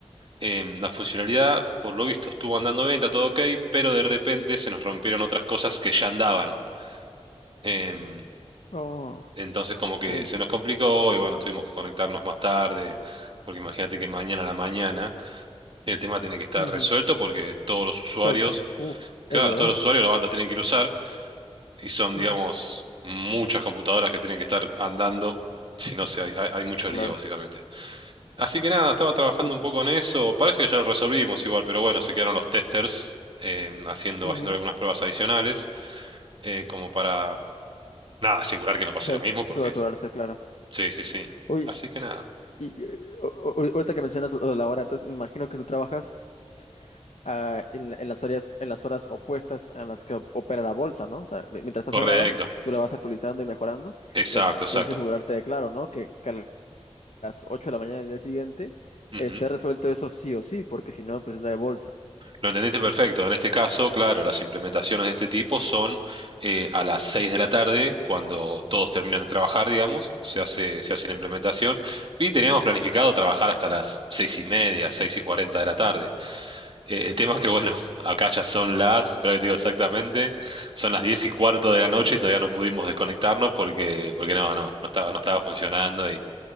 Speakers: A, on the right (about 50°); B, on the left (about 80°).
A: em, la funcionalidad, por lo visto, estuvo andando bien, está todo ok, pero de repente se nos rompieron otras cosas que ya andaban. Em,
B: Oh,
A: Entonces como que
B: ok.
A: se nos complicó y bueno, tuvimos que conectarnos más tarde, porque imagínate que mañana a la mañana el tema tiene que estar
B: ujú,
A: resuelto porque todos los usuarios,
B: Suelto. Uf,
A: claro,
B: es verdad.
A: todos los usuarios lo, lo tienen que ir a usar y son, digamos,
B: ujú,
A: muchas computadoras que tienen que estar andando, si no se hay, hay, hay mucho
B: Claro.
A: lío básicamente. Así que nada, estaba trabajando
B: Y-
A: un poco en eso, parece que ya lo resolvimos igual, pero bueno, se quedaron los testers eh, haciendo,
B: ujú,
A: haciendo algunas pruebas adicionales eh, como para, nada, asegurar que no pase
B: O sea,
A: lo mismo, porque
B: sobre asegurarse, claro.
A: Sí, sí, sí.
B: Oye,
A: Así que nada.
B: y, eh, o- o- ahorita que mencionas lo de la hora, entonces me imagino que tú trabajas ah, en, la- en las áreas, en las horas opuestas a las que opera la bolsa, ¿no? O sea, mi- mientras está
A: Correcto.
B: cerrada, tú la vas actualizando y mejorando,
A: Exacto,
B: pero
A: exacto.
B: tienes que asegurarte de, claro, ¿no? Que, que las 8 de la mañana del día siguiente,
A: Ujú.
B: esté resuelto eso sí o sí, porque si no, pues no hay bolsa.
A: Lo entendiste perfecto. En este caso, claro, las implementaciones de este tipo son eh, a las 6 de la tarde, cuando todos terminan de trabajar, digamos, se hace, se hace la implementación. Y teníamos
B: Ujú,
A: planificado trabajar hasta las 6 y media, 6 y 40 de la tarde. Eh, el tema es que, bueno, <laughs> acá ya son las, pero te digo exactamente, son las 10 y cuarto de la noche y todavía no pudimos desconectarnos porque, porque no, no, no estaba, no estaba funcionando